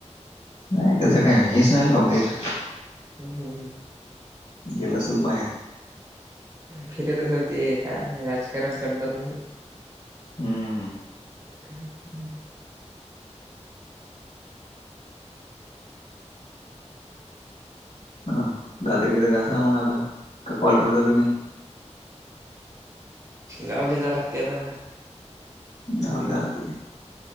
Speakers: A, on the left; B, on the right.
A: नाही त्याच काय हेच नाही आल अपडेट.
B: हू हू.
A: गेला असल बाहेर.
B: फिरत असल, ते काय राजकारण करतात ना ते.
A: हू हू.
B: ह् <inaudible>
A: हा दात किथ घासा मग आता. का कॉल करता तुम्ही?
B: गावले जा लागते आता.
A: गावाले जा लागते.